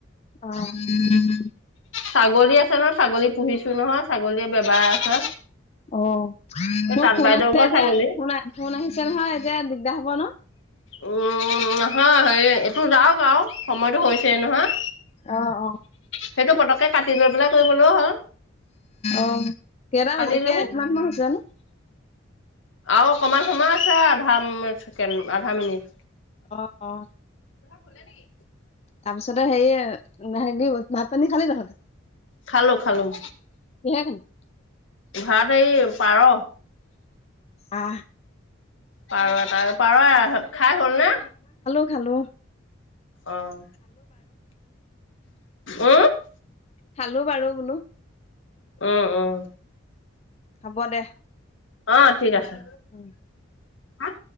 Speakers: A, on the left (about 30°); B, on the left (about 70°).
A: অহ। <unintelligible>
B: ছাগলী আছে ন, ছাগলী পুহিছো নহয় ছাগলীয়ে বেবাই আছে।
A: অঁ। মোৰ
B: এই তাঁত
A: ফোন
B: বাইদেউৰ
A: আছে
B: ঘৰ
A: এতিয়া,
B: ছাগলী।
A: ফোন ফোন আহিছে নহয়। দিগদা হব ন?
B: অ <unintelligible> অ হে এইটো যাওক আৰু সময়টো হৈছে নহয়,
A: অ অ
B: সেইটো পতককে কাটি লৈ পেলাই কৰিবলৈও হ'ল।
A: অ কেইটা
B: কাটি
A: হৈছে
B: লৈ
A: কিমান মান হৈছে ইনেই?
B: আৰু অকনমান সময় আছে আধা আধা মিনিট।
A: আহ অঁ।
B: খোলে নেকি।
A: তাৰপিছতে সেৰি হে ভাত পানী খালি দেখোন।
B: খালো খালোঁ।
A: <unintelligible>
B: ভাত এই পাৰ।
A: আ।
B: পাৰৱত আৰু <unintelligible> পাৰ খাই হ'ল নে?
A: খালোঁ।
B: অঁ। আহ <unintelligible>
A: খালো বাৰু বোলো।
B: উম উম।
A: হ'ব দে।
B: অ ঠিক আছে।
A: উম।
B: হা <unintelligible>